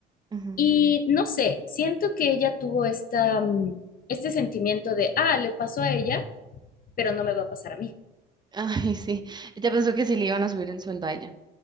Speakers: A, on the right (about 20°); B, on the left (about 45°).
A: Ujú.
B: Y no sé, siento que ella tuvo esta, mm, este sentimiento de, ah, le pasó a ella, pero no me va a pasar a mí.
A: Ay, sí. Ella pensó que sí le iban a subir el sueldo a ella,